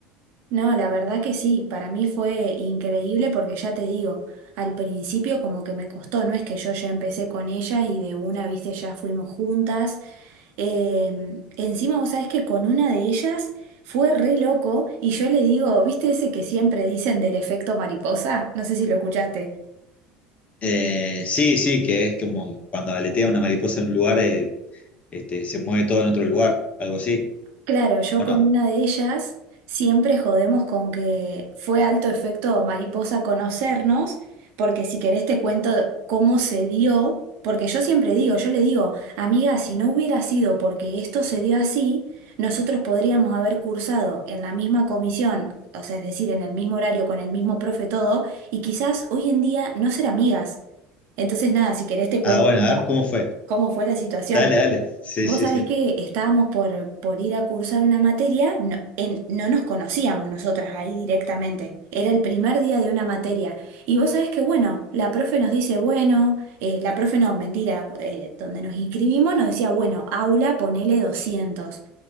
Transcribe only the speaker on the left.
Eh, sí, sí, que es como cuando aletea una mariposa en un lugar, eh, este, se mueve todo en otro lugar, algo así,
¿o
no?
Ah, bueno,
a ver, ¿cómo fue?
Dale, dale. Sí,
sí,
sí.